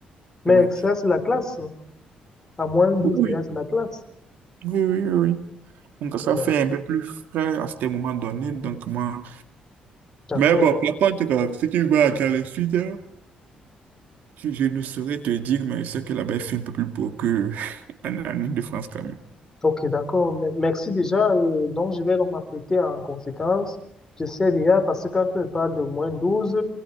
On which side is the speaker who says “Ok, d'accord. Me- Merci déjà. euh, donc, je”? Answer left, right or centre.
Left